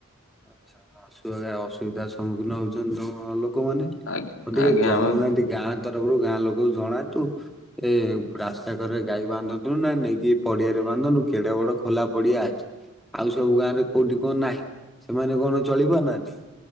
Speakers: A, in the centre; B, on the left.
A: ଆଚ୍ଛା ଅସୁବଗା ଅସୁବିଧା ସମ୍ମୁଖୀନ ହଉଛନ୍ତି ହଁ ଲୋକମାନେ। ଆଉ
B: ଆଜ୍ଞା
A: ଟିକେ
B: ଆଜ୍ଞା
A: ଜଣଉନାହାନ୍ତି
B: ଆମେ
A: ଗାଁ ତରଫରୁ ଗାଁ ଲୋକ ଜଣାନ୍ତୁ ରେ ରାସ୍ତା କରରେ ଗାଈ ବାନ୍ଧନ୍ତୁ ନା ନେଇକି ପଡିଆରେ ବାନ୍ଧନ୍ତୁ କେଡେ ବଡ ଖୋଲା ପଡିଆ ଅଛି। ଆଉ ସବୁ ଗାଁରେ କୋଉଠି କଁ ନାହିଁ ସେମାନେ କଣ ଚଳି ପାରୁନାହାନ୍ତି